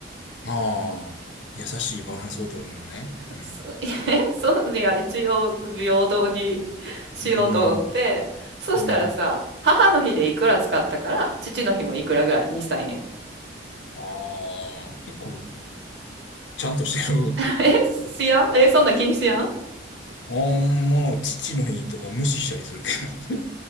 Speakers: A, on the left (about 75°); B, on the right (about 65°).
A: ああ、優しいバランスを取るのね。うん、
B: そ <laughs> えそういや一応平等に <laughs> しようと思ってそしたらさ母の日でいくら使ったから父の日もいくらぐらいにしたいねん
A: うん。うん。ああ、結構、ちゃんとしてる。
B: え、
A: <laughs> うん
B: しやんえ、そんなん気にしやん
A: あんまあ、父の日とか無視したりするけど。